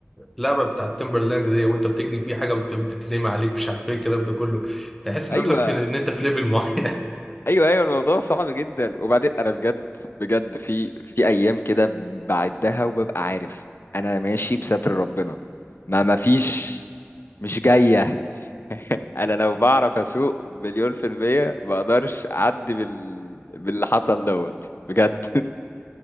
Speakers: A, in the centre; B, on the left (about 55°).
A: اللعبة بتاع تيمبرلاند دي وانت بتجري في حاجة بت- بتترمي عليك مش عارف ايه الكلام ده كله تحس
B: <laughs>
A: نفسك
B: ايوه
A: في ان انت في ليفل معين <laughs>
B: ايوه ايوه الموضوع صعب جدا وبعدين انا بجد بجد في في ايام كده بعدها وببقى عارف انا ماشي بستر ربنا ما ما فيش مش جايه <laughs> انا لو بعرف اسوق مليون في المية ما اقدرش اعدي بال... باللي حصل دوت بجد <laughs>